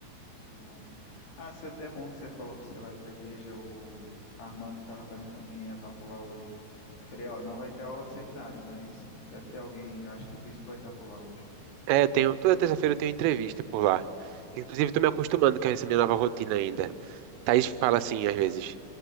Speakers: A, on the left (about 55°); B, on the right (about 85°).
A: Que bom. Ah, se até é até bom que você falou que você vai para a igreja. O Armando estava perguntando quem ia estar por lá hoje. Eu falei, ó, não vai ter aula do seminário, mas deve ter alguém. Acho que o bispo vai estar por lá hoje.
B: É, eu tenho, toda terça-feira eu tenho entrevista por lá. Inclusive, tô me acostumando com essa minha nova rotina ainda. Thaís fala assim, às vezes: